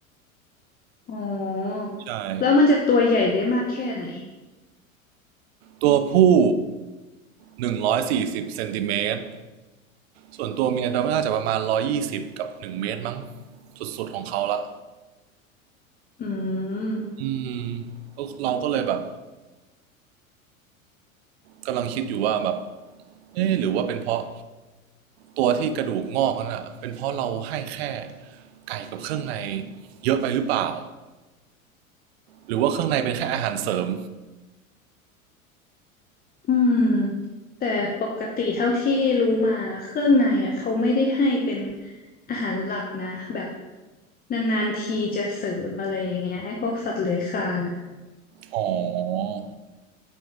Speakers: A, on the left (about 20°); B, on the right (about 45°).
A: อ๋อ
B: ใช่
A: แล้วมันจะตัวใหญ่ได้มากแค่ไหน
B: ตัวผู้หนึ่งร้อยสี่สิบเซนติเมตร ส่วนตัวเมียเดาว่น่าจะประมาณหนึ่งร้อยยี่สิบกับหนึ่งเมตรมั้งสุดๆของเขาละ
A: อืม
B: อืมเราก็เลยแบบกำลังคิดอยู่ว่าแบบเอ๊ะหรือว่าเป็นเพราะตัวที่กระดูกงอกนั่นอ่ะเป็นเพราะเราให้แค่ไก่กับเครื่องในเยอะไปหรือเปล่าหรือว่าเครื่องในเป็นแค่อาหารเสริม
A: อืมแต่ปกติเท่าที่รู้มาเครื่องในอ่ะเขาไม่ได้ให้เป็นอาหารหลักนะแบบนานๆทีจะเสริมอะไรอย่างเงี้ยไอ้พวกสัตว์เลื้อยคลานอ่ะ
B: อ๋อ